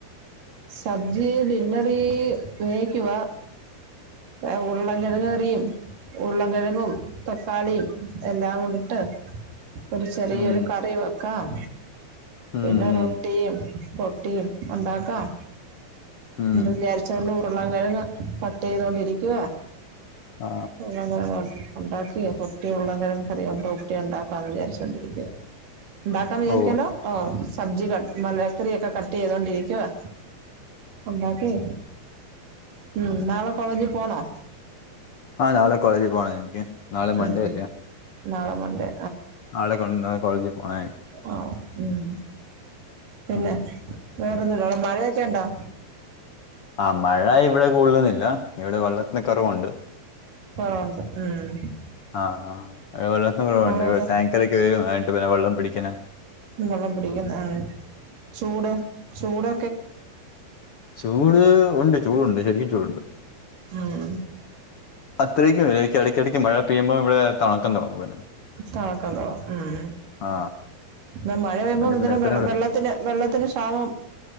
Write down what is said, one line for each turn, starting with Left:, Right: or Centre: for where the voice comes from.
Right: സദ്യേ ഡിന്നറി വേകിക്കുവാ ഏഹ് ഉരുളൻ കിഴങ്ങ് കറിയും ഉരുളൻകിഴങ്ങും തക്കാളിയും എല്ലാം കൂടെ ഇട്ട് ഒരു ചെറിയൊരു
Left: ഉം.
Right: കറി വെക്കാം
Left: ഉം,
Right: പിന്നെ
Left: ഉം,
Right: റൊട്ടിയും റൊട്ടിയും ഉണ്ടാക്കാം
Left: ഉം.
Right: എന്ന് വിചാരിച്ചാേണ്ട് ഉര്ളൻ കിഴങ്ങ് ക ട്ടെയ്താേണ്ടിരിയ്ക്കുവാ
Left: ആ
Right: ഉരുളൻ കൊഴെങ്ങ് ഉണ്ടാക്കി കുട്ടിയ ഉള്ള കിഴങ്ങ് കറിയൂണ്ട് കുട്ടിയ ഉണ്ടാക്കാന്ന് വിചാരിച്ചോണ്ടിരിക്കുന്നത് ണ്ടാക്കാന്ന് വിജാരിച്ചാലോ
Left: ഓ
Right: സബ്ജി ക് മലക്കറിഒക്കെ കട്ട് ചെയ്തോണ്ടിരിക്കുവാ ഉണ്ടാക്കി ഉം നാളെ കോളേജ് പോണോ
Left: ആഹ് നാളെ കോളേജിൽ പോണം എനിക്ക് നാളെ മൺണ്ടേ
Right: ഉം
Left: അല്ലേ
Right: നാളെ മൺഡേ
Left: ആളെ കൊണ്ട കോളേജിൽ പോണേ
Right: ആഹ് ഉം പിന്നെ
Left: ഉം.
Right: വേറെന്തുണ്ടവിടെ മഴയൊക്കെണ്ടാ
Left: ആഹ് മഴ ഇവിടെ കൂടുതലൊന്നില്ല ഇവിടെ വെള്ളത്തിന് കൊറവുണ്ട്
Right: പോണ്ട ഉം
Left: ആഹ് ആഹ് വെള്ളത്തിന് കുറവുണ്ട്
Right: മോളെവിടെ
Left: ടാങ്കർക്കെ വരും ആട്ട് പിന്നെ വെള്ളം പിടിക്കണെ
Right: വെള്ളം പിടിക്കുന്ന്നെ ഏ ചൂട് ചൂട്
Left: ചൂട് ഉണ്ട് ചൂടുണ്ട് ശരിക്കും ചൂടുണ്ട്
Right: ഉം
Left: അത്രയ്ക്ക് ഇല്ല ഇടക്കിടയ് ഇടയ്ക്ക് മഴ പെയ്യുമ്പോ ഇവിടെ തണുക്കാൻ തുടങ്ങും പോലെ
Right: <unintelligible> ഉം
Left: ആ
Right: ന്നാ മാ മഴ പെയുമ്പോ
Left: അതിന്റെ പിന്നെ അത്തരം
Right: വെള്ളത്തിന് വെള്ളത്തിന് ക്ഷാമം